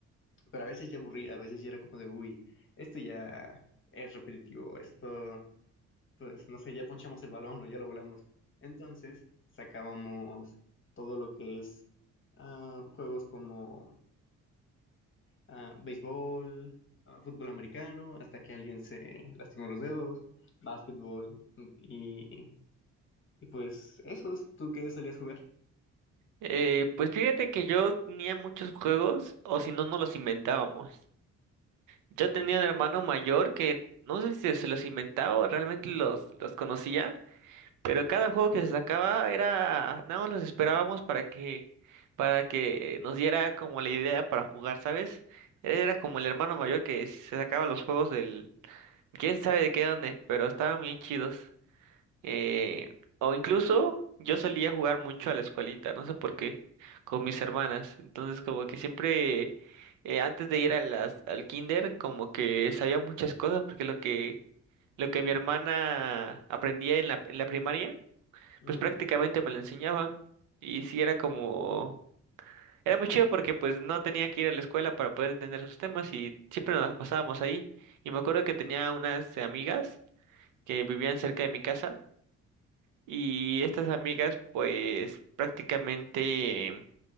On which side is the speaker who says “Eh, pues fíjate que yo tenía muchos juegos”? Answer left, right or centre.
Right